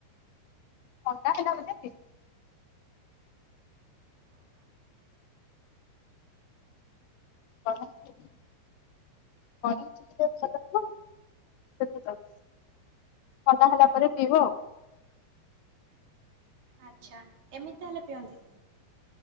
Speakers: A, on the left (about 80°); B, on the right (about 65°).
A: ଅଣ୍ଡା ହେଲା ମାନେ ସେ କଲରାବି ମିସେଇଚି। କଡମ୍ ଚିଲିଟା <unintelligible> ଥଣ୍ଡା ହେଲା ପରେ ପିଇବ ଆଉ।
B: ଆଚ୍ଛା ଏମିତି ତାହେଲେ ପିଅନ୍ତି?